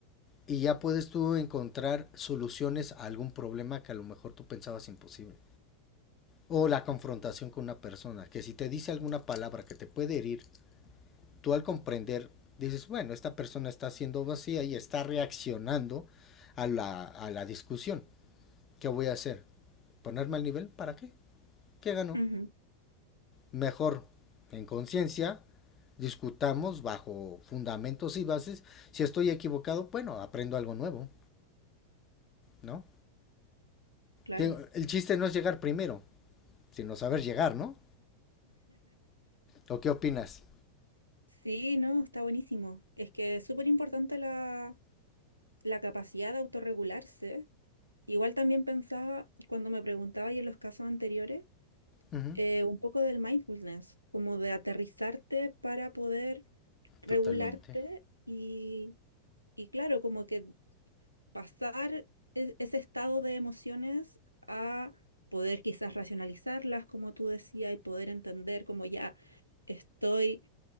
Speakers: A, on the left; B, on the right.
A: Y ya puedes tú encontrar soluciones a algún problema que a lo mejor tú pensabas imposible. O la confrontación con una persona, que si te dice alguna palabra que te puede herir, tú al comprender dices, bueno, esta persona está siendo vacía y está reaccionando a la, a la discusión. ¿Qué voy a hacer? ¿Ponerme al nivel? ¿Para qué? ¿Qué ganó?
B: Ujú,
A: Mejor, en conciencia, discutamos bajo fundamentos y bases. Si estoy equivocado, bueno, aprendo algo nuevo, ¿no?
B: claro.
A: El chiste no es llegar primero, sino saber llegar, ¿no? ¿O qué opinas?
B: Sí, no, está buenísimo. Es que es súper importante la, la capacidad de autorregularse. Igual también pensaba, cuando me preguntaba y en los casos anteriores,
A: Ujú.
B: eh, un poco del mindfulness, como de aterrizarte para poder regularte
A: Totalmente.
B: y, y claro, como que pasar e- ese estado de emociones a poder quizás racionalizarlas, como tú decías, y poder entender como ya estoy,